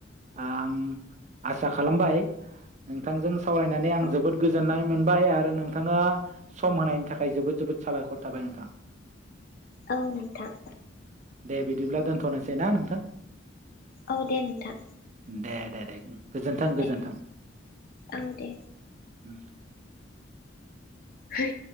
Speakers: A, on the right (about 40°); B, on the left (about 50°).
A: आं आसा खालामबाय नोंथांजों सावरायनानै जोबोद
B: औ
A: गोजोननाय मोन बाय आरो नोंथाङा सम होनायनि थाखाय जोबोद जोबोद साबायखर थाबाय नोंथां। <inaudible>
B: औ नोंथां
A: दे बिदिब्ला दोनथ'नो सै ना नोंथां।
B: औ दे नोंथां।
A: दे दे दे गोजोन्थों
B: दे
A: गोजोन्थों
B: औ दे
A: औ
B: होम